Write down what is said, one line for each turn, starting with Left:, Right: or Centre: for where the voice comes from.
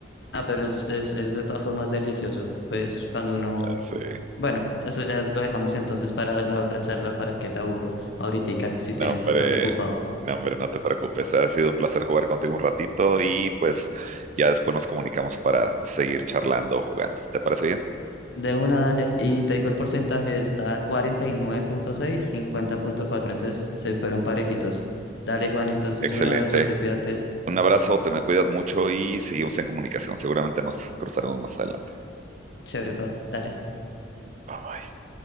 Left: Ah, pero es, es, es de todas formas delicioso. Pues cuando uno...
Right: Sí.
Left: Bueno, eso ya lo dejamos entonces para la otra charla para que te aburro. Ahorita, si
Right: No,
Left: tienes,
Right: hombre,
Left: estás ocupado.
Right: no, hombre, no te preocupes. Ha sido un placer jugar contigo un ratito y pues ya después nos comunicamos para seguir charlando o jugando. ¿Te parece bien?
Left: De una, dale. Y te digo el porcentaje, está cuarenta y nueve punto seis cincuenta punto cuatro Entonces se fueron parejitos. Dale, Juan, entonces
Right: Excelente.
Left: un abrazote, cuídate.
Right: Un abrazo, te me cuidas mucho y seguimos en comunicación. Seguramente nos cruzaremos más adelante.
Left: Chévere, pa. Dale.
Right: Bye bye.